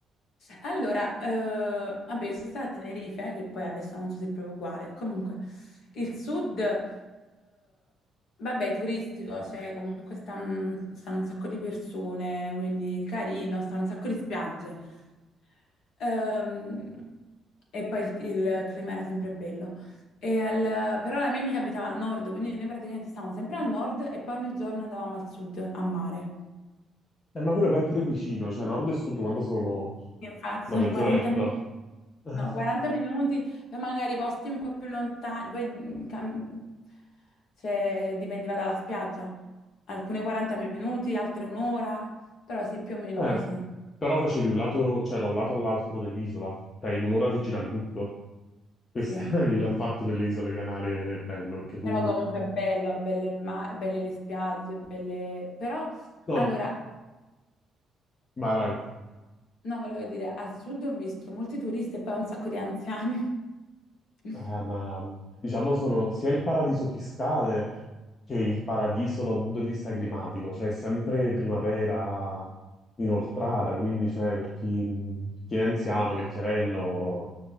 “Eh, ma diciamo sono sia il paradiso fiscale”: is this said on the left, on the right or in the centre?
Left